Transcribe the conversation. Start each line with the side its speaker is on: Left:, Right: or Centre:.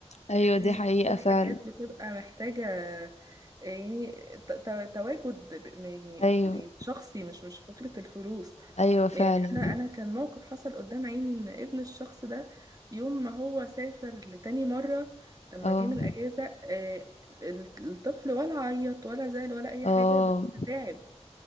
Left: ايوه
Right: في
Left: دي حقيقة
Right: في
Left: فعلا
Right: حاجات بتبقى محتاجة آه، يعني ت- ت- تواجد ب- م- يعني
Left: ايوه
Right: شخصي مش مش فكرة الفلوس
Left: ايوه فعلا
Right: يعني انا انا كان موقف حصل قدام عيني ان ابن الشخص ده يوم ما هو سافر لتاني مرة لما
Left: اه
Right: جه من اجازة آه، ال- الطفل ولا عيط ولا زعل ولا اي
Left: اه
Right: حاجة بس تعب